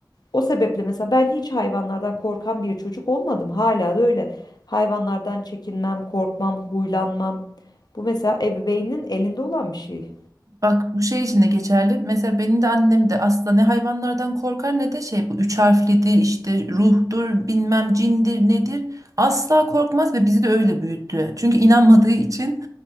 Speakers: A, on the left; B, on the right.
A: O sebeple mesela ben hiç hayvanlardan korkan bir çocuk olmadım. Hala da öyle. Hayvanlardan çekinmem, korkmam, huylanmam. Bu mesela ebeveynin elinde olan bir şey.
B: Bak bu şey için de geçerli. Mesela benim de annem de asla ne hayvanlardan korkar ne de şey bu üç harflidir işte ruhtur bilmem cindir nedir. Asla korkmaz ve bizi de öyle büyüttü. Çünkü inanmadığı için